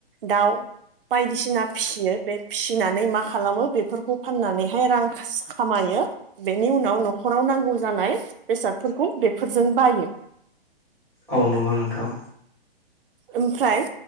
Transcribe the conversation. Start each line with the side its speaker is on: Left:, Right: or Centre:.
Right: दाउ बायदिसिना फिसिनो बे फिसिनानै मा खालामो बेफोरखौ फाननानैहाय रां खामायो बेनि उनाव न'खराव नांगौ जानाय बेसादफोरखौ बेफोरजों बायो
Centre: औ नंगौ नोंथां।
Right: ओमफ्राय